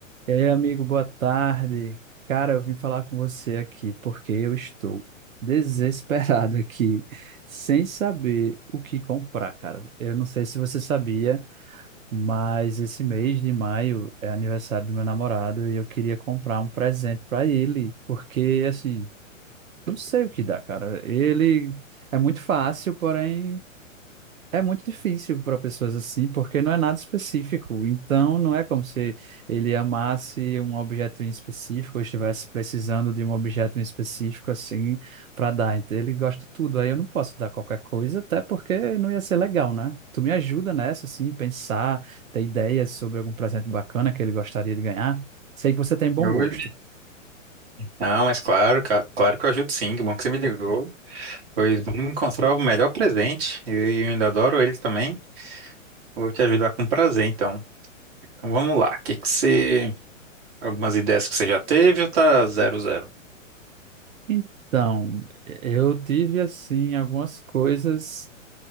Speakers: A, on the right; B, on the right.
A: Ei, amigo, boa tarde. Cara, eu vim falar com você aqui porque eu estou <laughs> desesperado aqui, sem saber o que comprar, cara. Eu não sei se você sabia, mas esse mês de maio é aniversário do meu namorado e eu queria comprar um presente para ele, porque assim, eu não sei o que dá, cara. Ele é muito fácil, porém. É muito difícil para pessoas assim, porque não é nada específico. Então, não é como se ele amasse um objeto em específico ou estivesse precisando de um objeto em específico assim para dar. Então, ele gosta de tudo. Aí eu não posso dar qualquer coisa, até porque não ia ser legal, né? Tu me ajuda nessa, assim, pensar, ter ideias sobre algum presente bacana que ele gostaria de ganhar. Sei que você tem bom
B: Oi.
A: gosto.
B: Não, mas claro, ca- claro que eu ajudo sim, que bom que você me ligou. Pois vamos encontrar o melhor presente. e eu ainda adoro ele também. Vou te ajudar com prazer, então. Então vamos lá. Que que você. Algumas ideias que você já teve ou tá zero zero?
A: Então, eu tive assim algumas coisas.